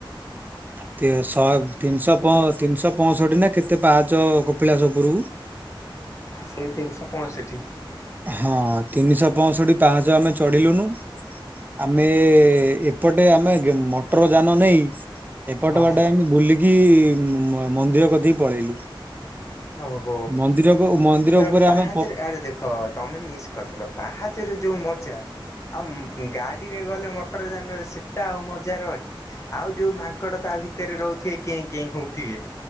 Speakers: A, on the right (about 20°); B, on the left (about 35°).
A: ତି ଶ ତିନି ଶହ ଫଁ ତିନି ଶହ ପଞ୍ଚଷଠି ନା କେତେ ପାହାଚ କପିଳାସ ଉପରକୁ
B: ସେଇ ତିନିଶହ ପଞ୍ଚଷଠି।
A: ହଁ ତିନିଶହ ପଞ୍ଚଷଠି ପାହାଚ ଆମେ ଚଢିଲୁନୁ। ଆମେ ଏପଟେ ଆମେ ମଟର ଯାନ ନେଇ ଏପଟ
B: ହଁ
A: ବାଟେ ଆମେ ବୁଲିକି ମ ମନ୍ଦିର କତିକି ପଳେଇଲୁ।
B: ହବ।
A: ମନ୍ଦିରକୁ ମନ୍ଦିର
B: ହେଟା
A: ଉପରେ
B: ପାହାଚରେ
A: ଆମେ ପ
B: ଆରେ ଦେଖ ତମେ ମିସ୍ କରିଦେଲ ପାହାଚରେ ଯୋଉ ମଜା ଆଉ ଗାଡ଼ିରେ ଗଲେ ମଟର ଯାନରେ ସେଟା ଆଉ ମଜା ରହେ। ଆଉ ଯୋଉ ମାଙ୍କଡ ତା ଭିତରେ ରହୁଥିବେ କେଁ କେଁ ହଉଥିବେ।